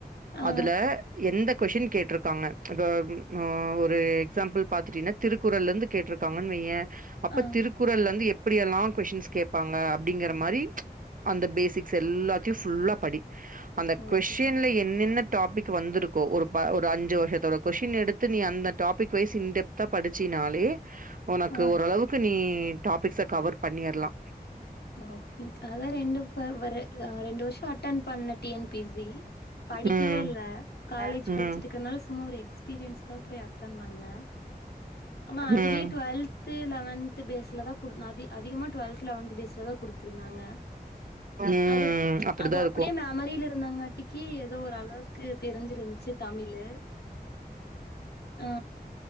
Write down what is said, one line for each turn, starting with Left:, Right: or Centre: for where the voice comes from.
Left: ஆ
Right: அதுல எந்த கொஷின் கேட்டிருக்காங்க இப்ப ஆ ஒரு எக்ஸாம்பிள் பாத்துட்டீன்னா திருக்குறள் இருந்து கேட்டிருக்காங்கன்னு வையே அப்ப
Left: ஆ
Right: திருக்குறளந்து எப் எப்பிடியல்லா கொஸ்டின்ஸ் கேப்பாங்க அப்பிடிங்கிற மாரி இந்த பேசிக்ஸ் எல்லாத்தியு ஃபுல்லா படி அந்த கொஸ்ன்ல
Left: ஓகேங்
Right: என்னென்ன டாபிக் வந்திருக்கு ஒரு ப ஒரு அஞ்சு வருஷத்தோட கொஷின் எடுத்து நீ அந்த டாபிக் வைஸ் இன்டெப்தா படிச்சினாலே ஒனக்கு
Left: ஆ
Right: ஓரளவுக்கு நீ டாபிக்ஸ கவர் பண்ணிரலா
Left: ஓகே அதா ரெண்டு ப வர அ ரெண்டு வருஷோ அட்டன் பண்ண டிஎன் பிசி படிக்கவே
Right: ம்.
Left: இல்ல காலேஜ் படிச்சட்டு
Right: ம்.
Left: இருக்கனால சும்மா ஒரு எக் எக்ஸ்பீரியன்ஸ் க்கா போயி அட்டன் பண்ணே ஆனா அதுலோ
Right: ம்
Left: டூவெல்த்து லொவன்த்து பேஸ்லதா கு நா அதி அதிகமா டுவெல்தல வந்து த்த குடுத்துருந்தாங்க
Right: ம்
Left: அது
Right: அப்டிதா
Left: அது அப்பிடியே
Right: இருக்கு
Left: மெமரியில இருந்தாங்காட்டிக்கு எதோ ஒரு அளவுக்கு தெரிஞ்சிருஞ்ச்சி தமிழு ஆ